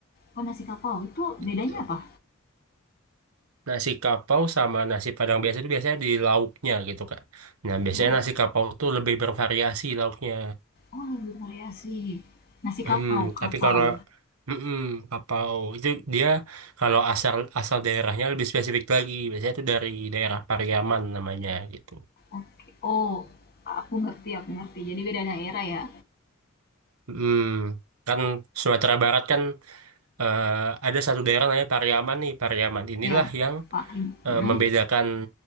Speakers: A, on the left; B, on the right.
A: Oh nasi kapau itu
B: gitu
A: bedanya apa?
B: nasi kapau sama nasi padang biasa itu biasanya di lauknya gitu kan nah biasanya
A: Oh,
B: nasi kapau tuh lebih bervariasi lauknya
A: oh lebih variasi. Nasi
B: Mm-mm.
A: kapau, kapau.
B: tapi kalau mm-mm, kapau itu dia kalau asal asal daerahnya lebih spesifik lagi biasanya itu dari daerah Pariaman namanya gitu
A: Oke. Oh, aku ngerti, aku ngerti. Jadi beda daerah ya.
B: Mm. kan Sumatera Barat kan eh, ada satu daerah namanya Pariaman nih Pariaman inilah
A: Iya,
B: yang
A: Pak in
B: eh,
A: mhm,
B: membedakan